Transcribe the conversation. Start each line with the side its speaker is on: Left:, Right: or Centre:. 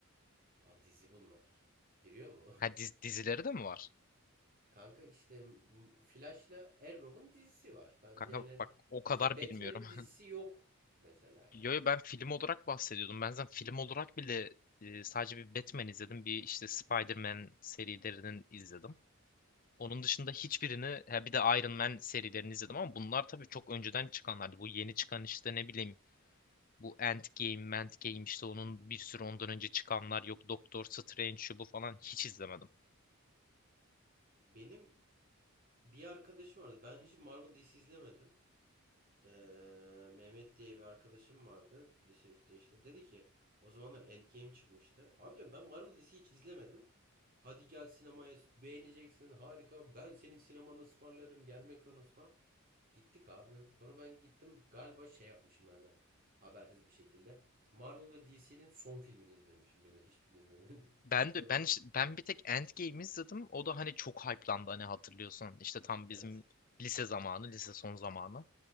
Right: Aa dizi bunlar. Giriyor mu?
Left: Ha diz- dizileri de mi var?
Right: <laughs> Kanka işte m- Flash'la Arrow'un dizisi var. Ben
Left: Kanka
Right: diğerlerin
Left: bak o kadar
Right: mesela Batman'in
Left: bilmiyorum. <laughs>
Right: dizisi yok mesela
Left: Yo
Right: yani.
Left: yo, ben film olarak bahsediyordum. Ben zaten film olarak bile e, sadece bir Batman izledim. Bir işte Spider-Man serilerinin izledim. Onun dışında hiçbirini, ha bir de Iron Man serilerini izledim ama bunlar tabii çok önceden çıkanlardı. Bu yeni çıkan işte ne bileyim bu Endgame, Endgame işte onun bir sürü ondan önce çıkanlar yok. Doctor Strange şu bu falan hiç izlemedim.
Right: Benim bir arkadaşım vardı. Ben hiç Marvel dizisi izlemedim. Eee, Mehmet diye bir arkadaşım vardı lise 3'te işte dedi ki o zamanlar Endgame çıkmıştı. Abi diyorum ben Marvel dizisi hiç izlemedim. Hadi gel sinemaya beğeneceksin harika ben senin sinemanı ısmarlarım gelmek zorundasın falan. Gittik abi. Sonra ben gittim galiba şey yapmışım yani habersiz bir şekilde. Marvel ve DC'nin son filmini izlemişim birden hiçbirini izleme, <laughs>
Left: Ben
Right: izlemedim.
Left: de ben işte- ben bir tek Endgame izledim. O da hani çok hype'landı hani hatırlıyorsun? İşte tam
Right: Evet.
Left: bizim lise zamanı, lise son zamanı.